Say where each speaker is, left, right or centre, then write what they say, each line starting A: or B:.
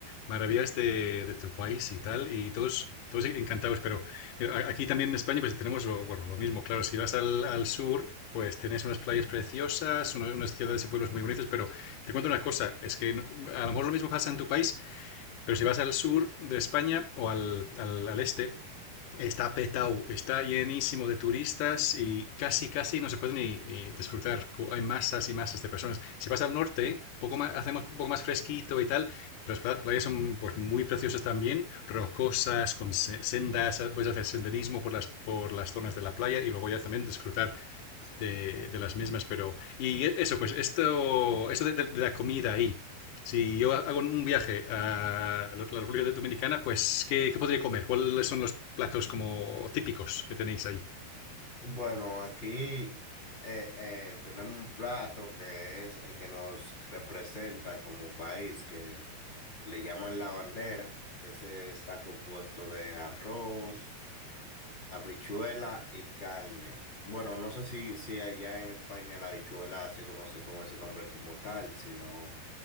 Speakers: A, on the left (about 60°); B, on the left (about 25°).
A: maravillas de, de tu país y tal, y todos, todos encantados. Pero mira, a- aquí también en España pues tenemos lo, bueno, lo mismo, claro, si vas al, al sur, pues tienes unas playas preciosas, uno- unas ciudades y pueblos muy bonitos, pero te cuento una cosa, es que n- a lo mejor lo mismo pasa en tu país, pero si vas al sur de España o al, al, al este, Está petado, está llenísimo de turistas y casi, casi no se puede ni, ni disfrutar. Co- Hay masas y masas de personas. Si vas al norte, poco más, hacemos un poco más fresquito y tal, pero las pla- playas son pues, muy preciosas también, rocosas, con se- sendas, ah, puedes hacer senderismo por las, por las zonas de la playa y luego ya también disfrutar de, de las mismas. Pero, y eso, pues esto, esto de, de- de la comida ahí. Si yo hago un viaje a la la República Dominicana, pues, ¿qué, qué podría comer? ¿Cuáles son los platos como típicos que tenéis ahí?
B: Bueno, aquí eh, eh, tenemos un plato que es el que nos representa como país, que le llaman la bandera. Ese está compuesto de arroz. Habichuela y carne. Bueno, no sé si, si allá en España la habichuela se conoce con ese nombre como tal, sino